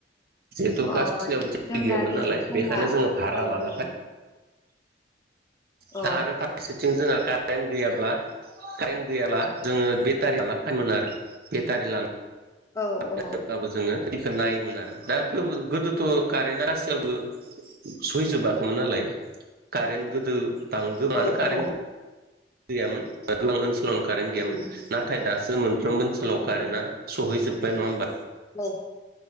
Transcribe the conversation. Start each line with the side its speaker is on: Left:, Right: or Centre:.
Right: जिहेथु गासिनियावबो
Left: औ अ
Right: टिभि
Left: जोंना
Right: गैयामोन
Left: दे
Right: नालाय
Left: समा
Right: बेखायनो जोङो भारा
Left: औ
Right: लाना
Left: औ
Right: फै
Left: औ
Right: दा आरो फारसेथिं जोंहा कारेन्ट गैयाब्ला कारेन्ट गैयाब्ला जोङो बेटारि लाना फैयोमोन आरो बेथारि लाना <unintelligible>
Left: औ
Right: ब्लाबो जोङोखौ नायोमोन आरो दा गोदोथ' कारेन्टआ गासैयावबो सहैजोबाखैमोन नालाय कारेन्ट गोदो गोबाङानो
Left: औ
Right: कारेन्ट
Left: औ
Right: गैयामोन गोबां ओनसोलावनो कारेन्ट
Left: उम,
Right: गैयामोन नाथाय दा सो मोनफ्रोमबो ओनसोलाव
Left: औ
Right: कारेन्टआ सौहैजोबबाय नङा होनोमबा
Left: औ